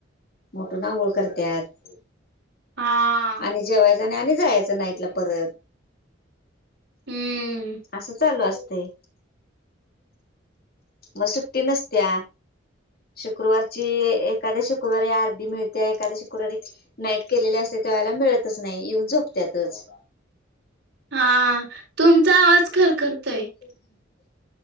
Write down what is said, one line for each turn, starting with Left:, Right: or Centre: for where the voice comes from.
Left: मउठून आंगोळ करत्यांत.
Right: हा
Left: आणि जेवायच, न आणि जायचं नाईटला परत.
Right: हम्म
Left: असं चालू असतय. म सुट्टी नसत्या. शुक्रूवारची एखाद्या शुक्रूवारी अर्धी मिळते एखाद्या शुक्रूवारी नाईट केलेले असते त्यां वेळेला मिळतच नाही, येऊन झोपत्यातच.
Right: हा तुमचा आवाज खरखरतोय.
Left: <unintelligible>